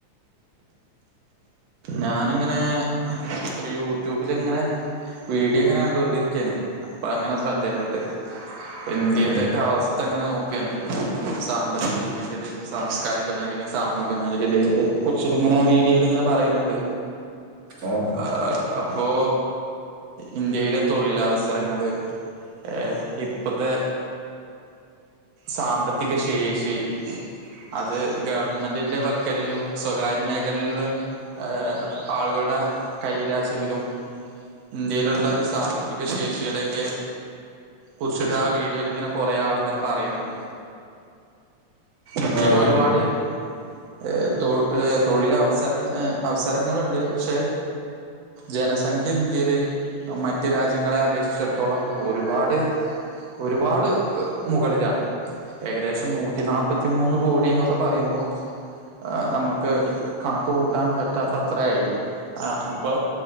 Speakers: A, on the right (about 65°); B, on the right (about 35°).
A: ഞാനിങ്ങനെ ഒരു യൂട്യൂബിൽ ഇങ്ങനെ വീഡിയോ ഇങ്ങനെ കണ്ടു കൊണ്ടിരിക്കാരുന്നു അപ്പൊ അങ്ങനെ ശ്രദ്ധേപ്പെട്ട് ഇന്ത്യത്തൊക്കെ
B: ആ
A: അവസ്ഥ എങ്ങനെ നോക്കുകയാണ് സാമ്പത്തിക മേഖലയും സാംസ്കാരിക മേഖലയും സാമൂഹിക മേഖലയും കുറച്ചിട്ട് ഇങ്ങനെ ആഹ് വീഡിയോലിങ്ങനെ പറയുന്നുണ്ട്
B: ഓഹ്
A: ആഹ് അപ്പോ ഇന്ത്യയിലെ തൊഴിലവസരങ്ങള് ഏഹ് ഇപ്പത്തെ സാമ്പത്തിക ശേഷി അത് ഗവൺമെന്റിന്റെ വക്കലിലും സ്വകാര്യ മേഖലിലും സൊ ഏഹ് ആളുകളുടെ കയ്യിലാച്ചെങ്കിലും ഇന്ത്യയിലുള്ള ഒരു സാമ്പത്തിക ശേഷിയിടെക്കെ കുറിച്ചിട്ട് ആ വീഡിയോലിങ്ങനെ കുറെ ആളിങ്ങനെ പറയുന്നുണ്ട് ഇന്ത്യയില്
B: ആ
A: ഒരുപാട്
B: ഇ-
A: ഏഹ് തൊ ഏഹ് തൊഴിലവസരം ഏഹ് അവസരങ്ങള്ണ്ട് പക്ഷേ ജനസംഖ്യ ന്ത്യേല് മറ്റ് രാജ്യങ്ങളെ അപേക്ഷ്ച്ചടത്തോളം ഒരുപാട് ഒരുപാട് മുകളിലാണ് ഏകദേശ് നൂറ്റി നാപ്പത്തി മൂന്ന് കോടിന്നൊക്കെ പറയ്മ്പോ ആഹ് നമ്മക്ക് കണക്ക്‌ കൂ ട്ടാം പറ്റാത്ത അത്രായ് ഏഹ് അപ്പോ